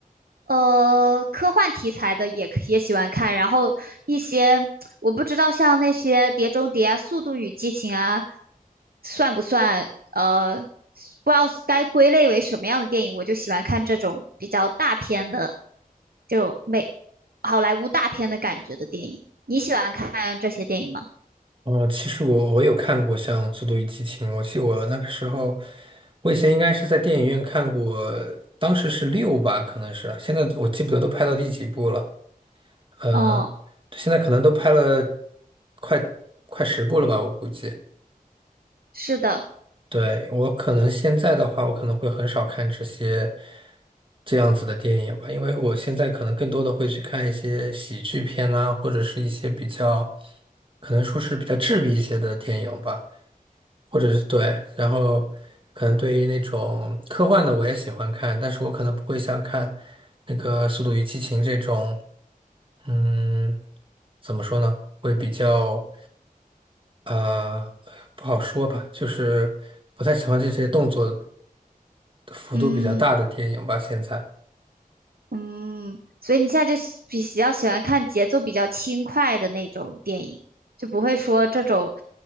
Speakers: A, on the right; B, on the right.
A: 呃，科幻题材的也可也喜欢看，然后一些我不知道像那些《碟中谍》啊、《速度与激情》啊，算不算呃，不知道该归类为什么样的电影，我就喜欢看这种比较大片的，就美好莱坞大片的感觉的电影。你喜欢看这些电影吗？
B: 哦，其实我我有看过像《速度与激情》，我记得我那个时候，我以前应该是在电影院看过，当时是六吧，可能是，现在我记不得都拍到第几部了，呃，
A: 哦，
B: 现在可能都拍了快快十部了吧，我估计。
A: 是的，
B: 对，我可能现在的话，我可能会很少看这些这样子的电影吧，因为我现在可能更多的会去看一些喜剧片啊，或者是一些比较，可能说是比较治愈一些的电影吧。或者是对，然后可能对于那种科幻的我也喜欢看，但是我可能不会像看那个《速度与激情》这种，嗯，怎么说呢？会比较呃不好说吧，就是不太喜欢这些动作幅度比较大的电影吧，
A: 嗯。
B: 现在。
A: 嗯，所以你现在就喜比比较喜欢看节奏比较轻快的那种电影，就不会说这种